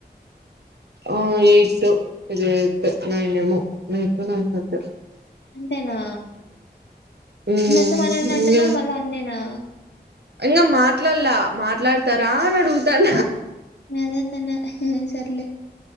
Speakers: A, on the right; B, on the left.
A: ఆ ఎయి టటు త ఎట్ నైన్ము నైట్ ననట్
B: అంతేనా
A: మ్మ్
B: అందరితో మాట్లాడిన
A: ఇంగ
B: అంటేను మళ్ళా అందేనా
A: ఇంగ మాట్లాల్లా మాట్లాడతారా అడుగుతన
B: న అదే త సార్లే